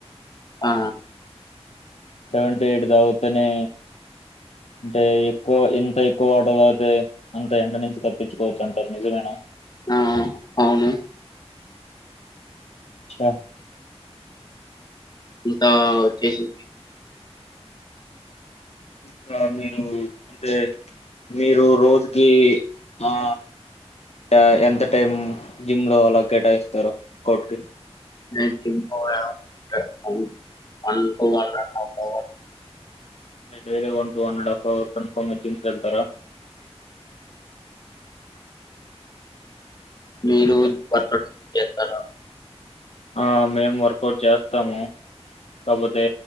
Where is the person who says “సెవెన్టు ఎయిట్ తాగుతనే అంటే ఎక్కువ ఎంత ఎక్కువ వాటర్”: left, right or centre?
Left